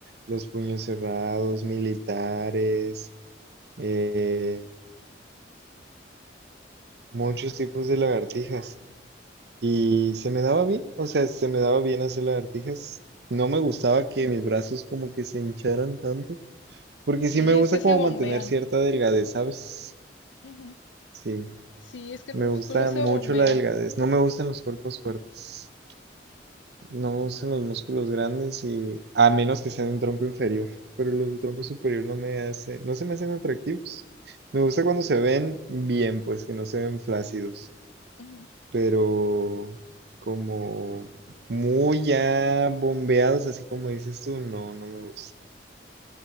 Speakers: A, on the right (about 65°); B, on the left (about 80°).
A: los puños cerrados, militares, eh, muchos tipos de lagartijas y se me daba bien, o sea, se me daba bien hacer lagartijas. No me gustaba que mis brazos como que se hincharan tanto, porque
B: Sí,
A: sí me gusta
B: es que
A: como
B: se bombean.
A: mantener cierta delgadez, ¿sabes?
B: Ujú.
A: Sí,
B: Sí, es que el
A: me
B: músculo
A: gusta
B: se
A: mucho
B: bombea.
A: la delgadez. No me gustan los cuerpos fuertes, no me gustan los músculos grandes y a menos que sean de un tronco inferior, pero los de tronco superior no me hace, no se me hacen atractivos. Me gusta cuando se ven bien, pues que no se ven flácidos.
B: Ujú.
A: pero
B: Sí, sí, sí.
A: como muy ya bombeados, así como dices tú, no, no me gusta.